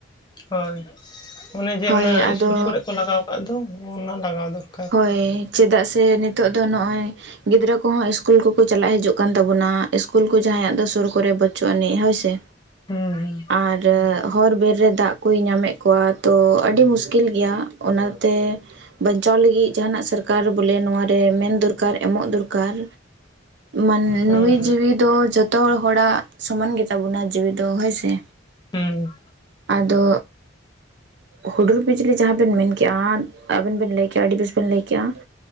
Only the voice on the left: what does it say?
ᱦᱳᱭ, ᱚᱱᱮ ᱡᱮ
ᱚᱱᱟ
ᱤᱥᱠᱩᱞ ᱠᱚᱨᱮ ᱠᱚ ᱞᱟᱜᱟᱣ ᱠᱟᱜ ᱫᱚ ᱚᱱᱟ ᱞᱟᱜᱟᱣ ᱫᱚᱨᱠᱟᱨ᱾
ᱦᱩᱸ
ᱦᱩᱸ
ᱦᱩᱸ
ᱦᱩᱸ